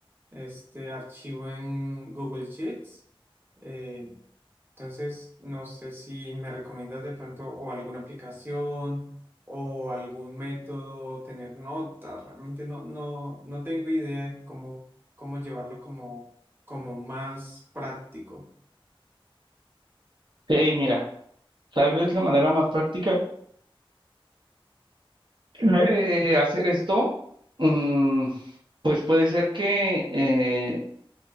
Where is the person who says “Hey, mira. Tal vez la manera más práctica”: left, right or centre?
Right